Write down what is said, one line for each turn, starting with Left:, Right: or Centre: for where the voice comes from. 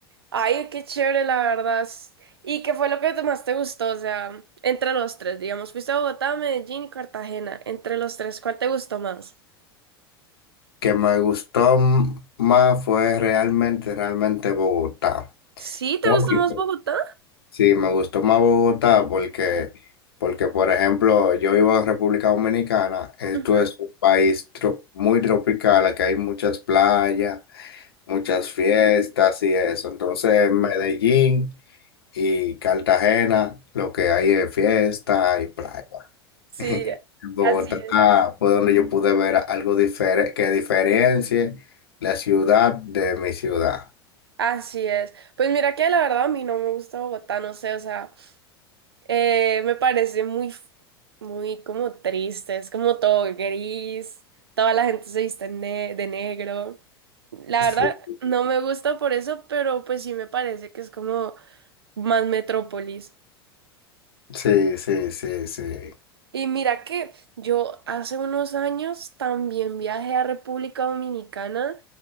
Right: Ay, qué chévere, la verdad. S- ¿Y qué fue lo que te- más te gustó? O sea, entre los tres, digamos, fuiste a Bogotá, Medellín y Cartagena. Entre los tres, ¿cuál te gustó más?
Left: Que me gustó m- más fue realmente, realmente Bogotá.
Right: Sí, ¿te
Left: Porque-
Right: gusta más Bogotá?
Left: Sí, me gustó más Bogotá porque, porque por ejemplo, yo vivo en República Dominicana, esto
Right: Ujú.
Left: es un país tro- muy tropical, aquí hay muchas playas, muchas fiestas y eso. Entonces, en Medellín y Cartagena, lo que hay es fiesta y playa.
Right: Sí,
Left: Bogotá
Right: así es.
Left: fue donde yo pude ver algo diferente que diferencie la ciudad de mi ciudad.
Right: Así es. Pues mira que la verdad a mí no me gusta Bogotá, no sé, o sea, eh, me parece muy, f- muy como triste, es como todo gris, toda la gente se viste ne- de negro. La
Left: Sí,
Right: verdad no me gusta por eso, pero pues sí me parece que es como más metrópolis.
Left: sí, sí, sí, sí.
Right: Y mira que yo hace unos años también viajé a República Dominicana.